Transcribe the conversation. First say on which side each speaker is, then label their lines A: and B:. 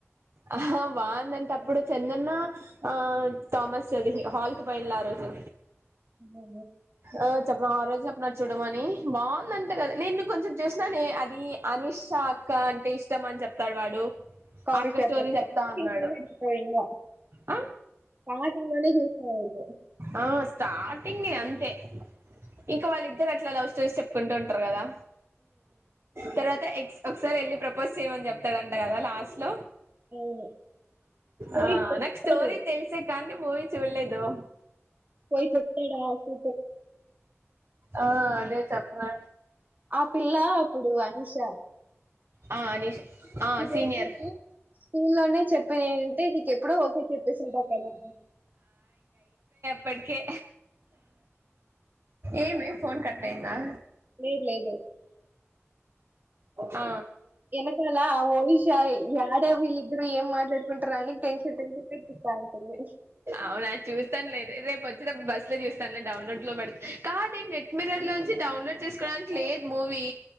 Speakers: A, on the right; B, on the right.
A: ఆ బాగుందంటే అప్పుడు చెందన్న ఆ ామస్ చది హాల్ కు పైనలా ఆ రోజు
B: ఉ
A: ఆ చెప్పడం ఆ రోజు చెప్పన్నా చూడమని బాగుందంటే కదా నేను కొంచెం చూసిన న అది అనిష్షా అక్క అంటే ఇష్టం అని చెప్తాడు వాడు
B: కాఫీ
A: ఆ అక్క
B: షాప్టింగ్
A: స్టోరీ
B: సాటింగ్లే
A: చెప్తా ఉన్నాడు
B: ఇంకా
A: ఆ
B: సాటింగ్లే జెస
A: ఆ స్టార్టింగే అంతే ఇంకా వాళ్ళిద్దరు ఎట్లాస్ చూసి చెప్పుకుంటూ ఉంటారు కదా తర్వాత ఎక్స్ ఒకసారి ఎళ్లి ప్రపోజ్ చేయమని చెప్తాడంట కదా లాస్ట్ లో
B: అవును పోయి
A: ఆ
B: చెప్తాడు
A: నాకు స్టోరి తెల్సే కాని మూవీ చూళ్ళేదు
B: పోయి చెప్తాడు ఆకు
A: ఆ అదే చెప్పనా
B: ఆ పిల్ల ఇప్పుడు అనీష
A: ఆ అనీష్ ఆ
B: ఇదే
A: సీనియర్
B: నేను స్కూల్లోనే చెప్ ఏంటి ది ఎప్పుడో ఓకే చెప్పేసుంటారు కదా
A: పకే ఏమి ఫోన్ కట్ అయిందా
B: లెద్ లేదు
A: ఆ
B: ఎనకాల అవో షాయి యాడ వీళ్ళు ఇద్దరు ఎం మ కుంటారనికి టెన్షన్ టెన్షన్ పెట్స్తా ఉంటుంది
A: అవునా చూస్తానులే రేపు బస్ లో చేస్తాలే డౌన్లోడ్ లో పడి, కాదే నెట్ మిరర్ లో నుంచి డౌన్లోడ్ చేసుకోవడానికి లేదు మూవీ